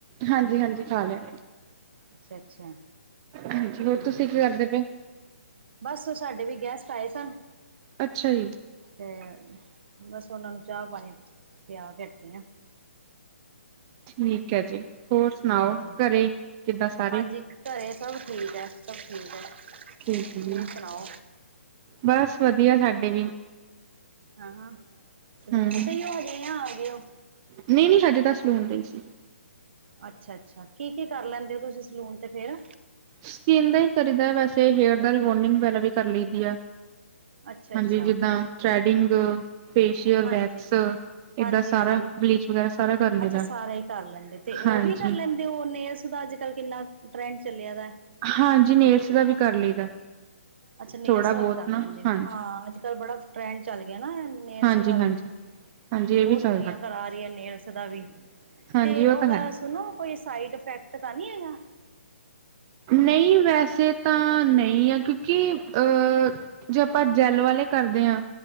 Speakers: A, on the right; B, on the right.
A: ਹਾਂਜੀ ਹਾਂਜੀ ਖਾ ਲਿਆ।
B: ਅੱਛਾ ਅੱਛਾ
A: ਹਾਂਜੀ ਹੋਰ
B: ਠੀਕ
A: ਤੁਸੀਂ
B: ਹੈ
A: ਕੀ
B: ਠੀਕ।
A: ਕਰਦੇ ਪਏ
B: ਬਸ ਉਹ ਸਾਡੇ ਵੀ ਗੈਸਟ ਆਏ ਸਨ।
A: ਅੱਛਾ ਜੀ।
B: ਤੇ ਬਸ ਉਹਨਾ ਨੂੰ ਚਾਹ ਪਾਣੀ ਪਿਆ ਕੇ ਹਟੇ ਅਆ।
A: ਠੀਕ ਹੈ ਜੀ। ਹੋਰ ਸੁਣਾਓ
B: ਹਾਂਜੀ
A: ਘਰੇ ਕਿੱਦਾਂ ਸਾਰੇ
B: ਹਾਂਜੀ ਘਰੇ ਸਭ ਠੀਕ ਆ ਸਭ ਠੀਕ ਆ।
A: ਠੀਕ ਜੀ
B: ਤੂੰ ਸੁਣਾਓ।
A: ਬਸ, ਵਧੀਆ, ਸਾਡੇ ਵੀ।
B: ਹਾਂ ਸਲੂਨ,
A: ਹਮ
B: ਤੇ ਹੀ ਹੋ, ਹਜੇ ਯਾ, ਆ ਗਏ ਉਹ?
A: ਨਹੀਂ- ਨਹੀਂ, ਹਜੇ ਤਾਂ, ਸਲੂਨ ਤੇ, ਹੀ ਆ।
B: ਅੱਛਾ- ਅੱਛਾ, ਕੀ- ਕੀ, ਕਰ ਲੈਂਦੇ ਹੋ? ਤੁਸੀਂ ਸਲੂਨ ਤੇ ਫੇਰ।
A: ਸਕਿੰਨ, ਦਾ ਹੀ ਕਰੀਦਾ ਵੈਸੇ, ਹੇਅਰ ਦਾ ਰੀ- ਬਾਂਡਿੰਗ ਵਗੈਰਾ ਵੀ, ਕਰ ਲਈਦੀ ਹੈ।
B: ਅੱਛਾ
A: ਹਾਂਜੀ।
B: ਅੱਛਾ
A: ਜਿੱਦਾਂ ਥਰੈਡਿੰਗ, ਫੇਸ਼ੀਅਲ,
B: ਹਾਂਜੀ
A: ਵੈਕਸ। ਏਦਾਂ
B: ਹਾਂਜੀ-
A: ਸਾਰਾ
B: ਹਾਂਜੀ।
A: ਬਲੀਚ ਵਗੈਰਾ ਸਾਰਾ ਕਰ ਲਈਦਾ।
B: ਅੱਛਾ। ਸਾਰਾ ਹੀ, ਕਰ ਲੈਂਦੇ ਹੋ। ਤੇ
A: ਹਾਂਜੀ,
B: ਉਹ ਵੀ ਕਰ ਲੈਂਦੇ ਹੋ। ਨੇਲਸ ਦਾ। ਅੱਜ ਕੱਲ, ਕਿੰਨਾ। ਟਰੈਂਡ ਚੱਲਿਆ ਦਾ
A: ਹਾਂਜੀ। ਨੇਲਸ ਦਾ ਵੀ, ਕਰ ਲਈਦਾ।
B: ਅੱਛਾ। ਨੇਲਸ
A: ਥੋੜਾ
B: ਦਾ
A: ਬਹੁਤ
B: ਵੀ ਕਰ
A: ਨਾ
B: ਲੈਂਦੇ,
A: ਹਾਂਜੀ।
B: ਹਾਂ। ਅੱਜ ਕੱਲ ਬੜਾ ਟਰੈਂਡ ਚੱਲ ਗਿਆ। ਨੇਲਸ
A: ਹਾਂਜੀ-ਹਾਂਜੀ,
B: ਦਾ ਵੀ।
A: ਹਾਂਜੀ ਹਾਂਜੀ
B: ਬਹੁਤ,
A: ਇਹ ਵੀ ਚੱਲਦਾ
B: ਦੁਨੀਆਂ ਕਰਾ ਆ ਰਹੀ ਹੈ। ਨੇਲਸ ਦਾ ਵੀ।
A: ਹਾਂਜੀ
B: ਤੇ
A: ਉਹ ਤਾਂ
B: ਓਦਾ,
A: ਹੈ।
B: ਸੁਣੋ ਕੋਈ ਸਾਈਡ ਇਫੈਕਟ, ਤਾਂ ਨਹੀਂ ਹੈਗਾ।
A: ਨਹੀਂ। ਸੈਵ ਤਾਂ, ਨਹੀਂ ਆ। ਕਿਉਂਕਿ ਅਹ ਜੇ ਆਪਾਂ, ਜੈਲ, ਵਾਲੇ ਕਰਦੇ ਹਾਂ।